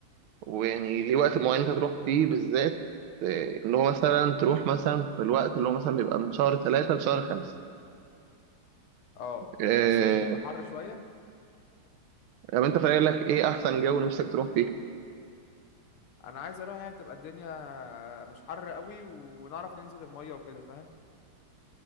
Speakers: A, on the right (about 75°); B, on the left (about 85°).
A: ويعني ليه وقت معين انت تروح فيه بالذات آه، ان هو مثلا تروح مثلا في الوقت اللي هو مثلا بيبقى من شهر ثلاثة لشهر خمسة
B: اه
A: آه،
B: بس مش هتبقى حر شويه
A: طب انت فاكر لك ايه احسن جو نفسك تروح فيه
B: انا عايز اروح يعني تبقى الدنيا مش حر قوي ونعرف ننزل المية وكده فاهم